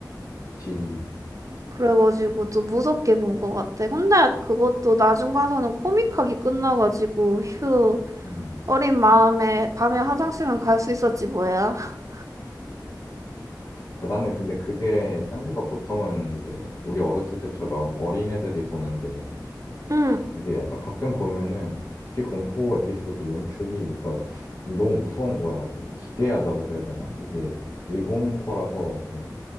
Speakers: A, on the left; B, on the right.
A: 그치
B: 그래가지고 좀 무섭게 본 것 같아. 근데 그것도 나중 가서는 코믹하게 끝나가지고 휴
A: 음
B: 어린 마음에 밤에 화장실은 갈 수 있었지 뭐야. <laughs>
A: 아, 나는 근데 그게 짱구가 보통은 이제 우리 어렸을 때처럼 어린애들이 보는데
B: 응,
A: 이게 약간 가끔 보면은 특히 공포 에피소드 연출이 그러니까 너무 무서운 거야. 좀 기괴하다고 해야 되나? 이게 일본 거라서 좀